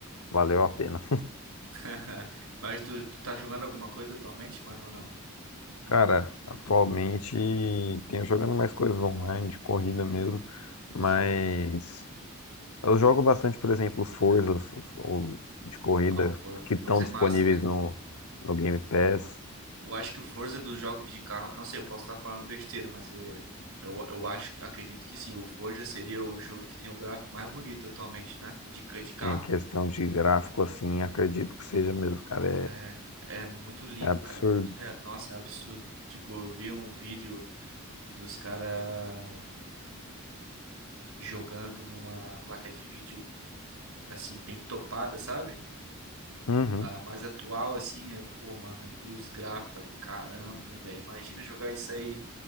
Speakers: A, on the left; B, on the right.
A: valeu a pena.
B: <laughs> Mas tu, tu tá jogando alguma coisa atualmente, mano, ou não?
A: Cara, atualmente tenho jogando mais coisas online, de corrida mesmo,
B: Sim.
A: mas eu jogo bastante, por exemplo, os Forzas, os, os de corrida
B: Ah, o For-
A: que
B: Forza
A: estão
B: é
A: disponíveis
B: massa, né?
A: no, no Game Pass.
B: Eu acho que o Forza é dos jogos de carro. Não sei, eu posso estar falando besteira, mas é. Eu, eu acho, acredito que sim. O Forza seria o jogo que tem o gráfico mais bonito atualmente, né? De, ca- de carro.
A: Em questão de gráfico, assim, acredito que seja mesmo, cara.
B: É, é muito lindo,
A: É, é absurdo.
B: cara. Muito rea- Nossa, é absurdo. Tipo, eu vi um vídeo dos caras jogando numa placa de vídeo assim, bem topada, sabe?
A: Uhum,
B: A mais atual, assim, eu- pô, mano, eu vi os gráficos, falei, caramba, velho, imagina jogar isso aí